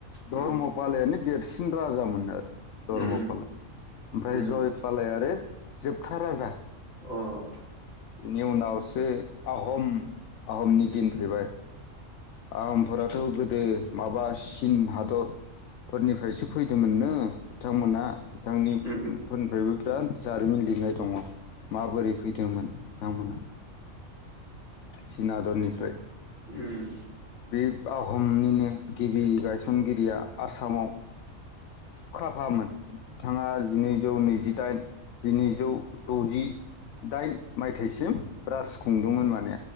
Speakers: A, on the left; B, on the left.
A: उम
B: धर्म फालायानो देर सिन राजा मोननो आरो। धर्म
A: उम
B: पालआ। ओमफ्राय
A: उम अ उम
B: जय आय आरो जोबथा राजा
A: अह।
B: बेनि उनावसो आहम आहमनि दिन फैबाय आहमफोराथ' गोदो माबा चिन हादरफोरनिफ्रायसो फैदोंमोननो बिथांमोना बिथांनि
A: उम उम उम
B: फोरनिफ्रायबो रोन जारिमिन लिरनाय दङ माबोरै फैदोंमोन बिथांमोना चिना हादरनिफ्राय।
A: उम।
B: बिब आहमनिनो गिबि गायसनगिरिया आसामाव ख्राख फाहाममोन बिथाङा जिनैजौ नैजि दाइन जिनैजौ द'जिदाइन मायथाइसिम राज खुंदोंमोन माने